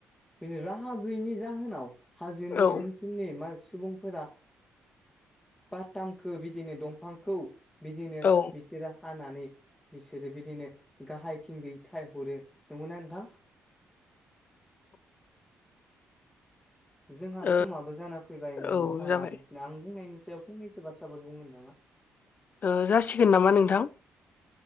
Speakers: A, in the centre; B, on the left (about 45°).
A: बि राहा गैयिनि जाहोनाव हाजोनि
B: औ
A: ओन सोलनि मा सुबुंफोरा बाथामखौ बिदिनो दंफांखौ बिदिनो
B: औ
A: बिसोरो हानानै बिसोरो बिदिनो गाहायथिंजै थाइ हरो नंगौना नोंथां जोंहा
B: ओ
A: समाबो जाना फैबाय नोंथाङा
B: औ जाबाय
A: आं बुंनायनि सायाव फंनैसो बाथ्राफोर बुंगोन नामा
B: ओ जासिगोन नामा नोंथां